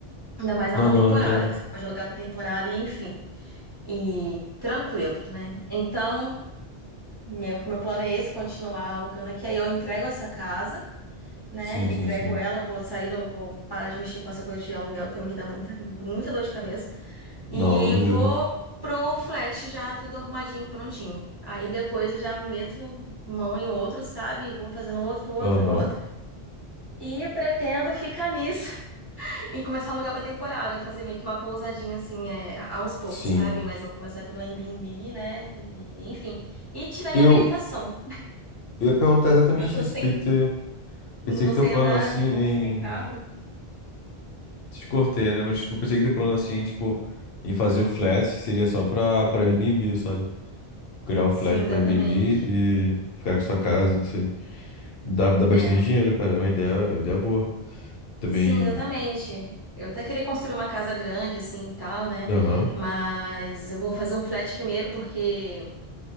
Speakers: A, on the right; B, on the left.
A: Ainda mais na
B: Não,
A: alta
B: não,
A: temporada,
B: não entendo.
A: que você pode alugar pra temporada e enfim. E tranquilo, né? Então. Meu, meu plano é esse, continuar alugando aqui. Aí eu entrego essa casa, né?
B: Sim,
A: Entrego
B: sim, sim.
A: ela, vou sair, do- vou parar de mexer com essa coisa de aluguel que também que dá muita, muita dor de cabeça.
B: Não,
A: E
B: não duvido.
A: vou pro flat já, tudo arrumadinho, prontinho. Aí depois eu já meto mão em outro, sabe? Vou fazendo um outro, outro,
B: Aham.
A: outro. E pretendo ficar nisso <laughs> e começar a alugar pra temporada, fazer meio que uma pousadinha assim, é, aos poucos,
B: Sim.
A: sabe? Mas vou começar pelo Airbnb, né? E, enfim. E tirar minha
B: Eu,
A: habilitação.
B: eu ia perguntar exatamente
A: Eu tô
B: isso.
A: sem
B: Pensei que, te,
A: Não
B: pensei que
A: sei
B: teu plano
A: andar
B: assim
A: de moto nem carro.
B: Te cortei, né? Mas tipo, eu pensei que teu plano assim, tipo, em fazer o flat seria só pra, pra Airbnb, sabe? Criar o flat
A: Sim,
B: pra
A: exatamente.
B: Airbnb e ficar com sua casa, não sei. Dá, dá bastante
A: É.
B: dinheiro, cara. É uma ideia, é uma ideia boa. Também.
A: Sim, exatamente. Eu até queria construir uma casa grande, assim, e tal, né?
B: Aham.
A: Mas eu vou fazer um flat primeiro, porque